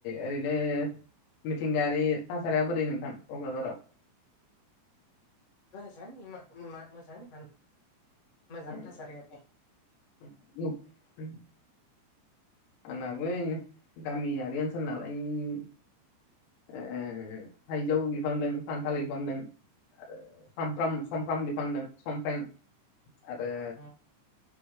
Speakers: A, on the left (about 85°); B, on the left (about 60°).
A: ओरैनो मिथिंगायारि थासारिया बोरै नोंथां कक्राझाराव?
B: मोजां मा -मा मोजां -मोजां
A: उम
B: थासारियालाय।
A: <unintelligible> आंनाबो इनो गामियारि ओनसोल नालाय नि ओ थाइजौ बिफां दों खान्थाल बिफां दों। आरो सामफ्राम -समफ्राम बिफां दों समफ्रें आरो।
B: उम